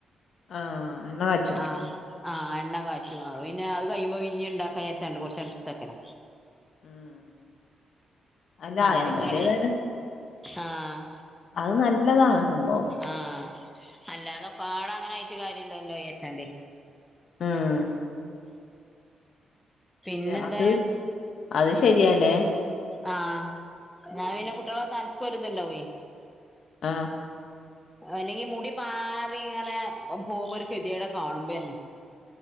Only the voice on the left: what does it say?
ആഹ് എണ്ണ കാച്ചും
ഉം അല്ല
അത് അതേതായാലും
അത് നല്ലതാ സംഭവം.
ആഹ്
അത് അത് ശരിയാല്ലേ?
ഉം
ആ.